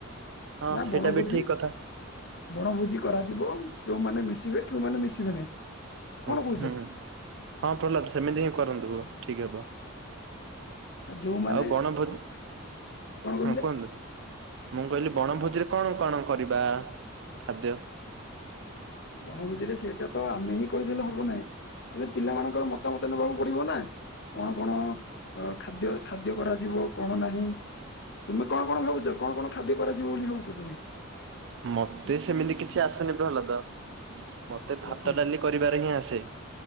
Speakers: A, on the right; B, on the left.
A: ହଁ
B: ନା
A: ସେଇଟା
B: ବଣଭୋଜି
A: ବି ଠିକ କଥା।
B: ବଣଭୋଜି କରାଯିବ। କେଉଁମାନେ ମିଶିବେ କେଉଁମାନେ ମିଶିବେ ନାହିଁ। କଣ
A: ହୁଁ
B: କହୁଛ
A: ହୁଁ ହଁ ପ୍ରହ୍ଲାଦ ସେମିତି ହିଁ କରନ୍ତୁ ଠିକ ହେବ।
B: ଯୋଉମାନେ
A: ଆଉ ବଣ ଭୋ
B: ଯି- କଣ କହିଲେ
A: ହଁ କୁହନ୍ତୁ। ମୁଁ କହିଲି ବଣଭୋଜିରେ କଣ କଣ କରିବା ଖାଦ୍ୟ?
B: ବଣଭୋଜି ରେ ସେଇଟା ତ ଆମେ ହିଁ କହିଦେଲେ ହବ ନାହିଁ। କିନ୍ତୁ ପିଲାମାନଙ୍କର ମତାମତ ନେବାକୁ ପଡିବ ନା। କଣ କଣ ଅ ଖାଦ୍ୟ ଖାଦ୍ୟ କରାଯିବ କଣ ନାହିଁ। ତୁମେ କଣ କଣ ଭାବୁଛ କଣ କଣ ଖାଦ୍ୟ କରାଯିବ ବୋଲି ଭାବୁଛ ତୁମେ?
A: ମତେ ସେମିତି କିଛି ଆସୁନି ପ୍ରହ୍ଲାଦ। ମତେ ଭାତ
B: ଆଚ୍ଛା
A: ଡାଲି କରିବାରେ ହିଁ ଆସେ।